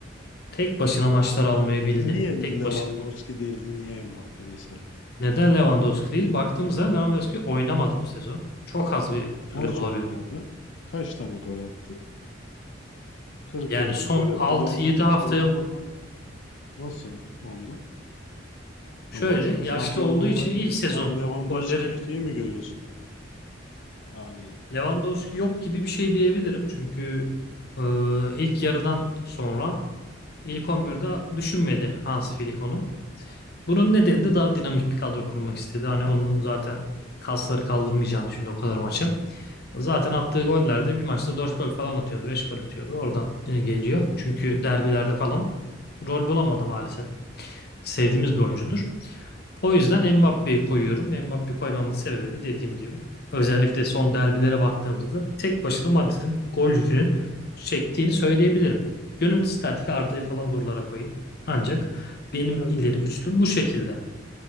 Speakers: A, on the left; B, on the left.
A: tek başına maçlar almayabildi.
B: Niye
A: Tek
B: Lewandowski
A: başına.
B: değildi? Niye Mbappe mesela?
A: Neden Lewandowski değil? Baktığımızda Lewandowski oynamadı bu sezon. Çok az bir süre
B: Nasıl
A: bulabildi.
B: oynamadı? Kaç tane gol attı? 40'a
A: Yani
B: yakın
A: son
B: gol attı.
A: 6
B: Bu adam
A: yedi haftaya
B: oynamadan nasıl oldu?
A: şöyle
B: Yani Barcelona
A: yaşlı
B: şampiyonluğunda
A: olduğu için ilk sezon
B: sen Lewandowski'yi
A: gollerin
B: şey mi görüyorsun? Yani
A: Lewandowski yok gibi bir şey diyebilirim. Çünkü e, ilk yarıdan sonra ilk 11'de düşünmedi Hans Flick onu. Bunun nedeni de daha dinamik bir kadro kurmak istedi. Hani onun zaten kasları kaldırmayacağını düşündü o kadar maçı. Zaten attığı gollerde bir maçta 4 gol falan atıyordu, 5 gol atıyordu. Oradan e, geliyor. Çünkü derbilerde falan rol bulamadı maalesef. Sevdiğimiz bir oyuncudur. O yüzden Mbappe'yi koyuyorum. Mbappe koymamın sebebi de dediğim gibi özellikle son derbilere baktığımızda tek başına Madrid'in gol yükünü çektiğini söyleyebilirim. Gönül isterdi ki Arda'yı falan buralara koyayım. Ancak benim
B: ilerle.
A: ileri üçlüm bu şekilde.